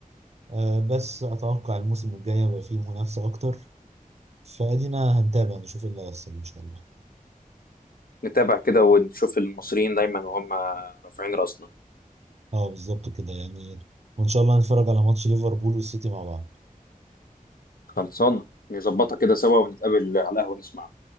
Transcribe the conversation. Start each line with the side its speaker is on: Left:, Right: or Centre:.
Right: آه، بس أتوقع الموسم الجاي يبقى فيه منافسة أكتر فأدينا هنتابع نشوف إيه اللي هيحصل إن شاء الله
Left: نتابع كده ونشوف المصريين دايما وهم رافعين راسنا
Right: أه بالظبط كده يعني وإن شاء الله نتفرج على ماتش ليفربول والسيتي مع بعض
Left: خلصان نظبطها كده سوا ونتقابل على القهوة نسمع